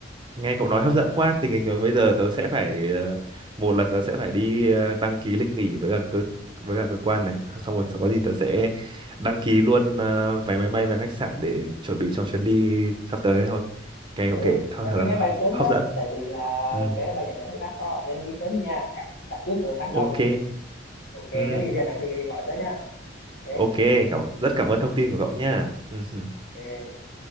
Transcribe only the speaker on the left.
ừ
đăng
ký
vé bay sớm
nhé
tại vì là
vé bay dạo này hơi mắc đó nên đăng ký sớm đi nha đặt trước là tháng sau
cũng được ok nếu
bây giờ đi Đà Nẵng thì gọi tới nha ok
ok